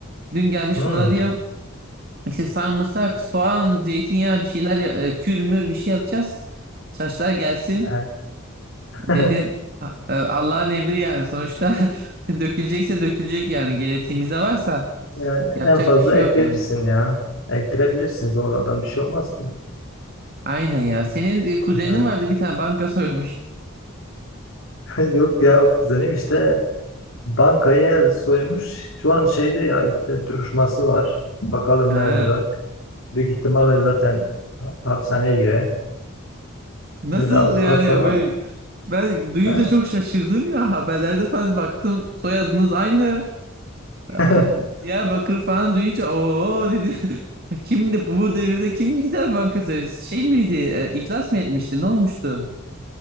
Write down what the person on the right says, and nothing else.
Dün gelmiş
bana diyor işte sarımsak, soğan, zeytinyağı bir şeyler ya- e, kürmür bir şey yapacağız. Saçlar gelsin.
Dedim "A- e, Allah'ın emri yani sonuçta <laughs> dökülecekse dökülecek yani genetiğimizde varsa
yapacak
bir şey yok
yani.
Aynen ya. Senin e, kuzenin
vardı bir tane banka soymuş.
Ha.
Nasıl
yani
böyle ben duyunca
çok şaşırdım ya haberlerde falan baktım soyadınız aynı.
A- Diyarbakır falan duyunca o dedi. <laughs> Kimdi bu devirde kim gider banka soyar? Şey miydi? e, iflas mı etmişti? Ne olmuştu?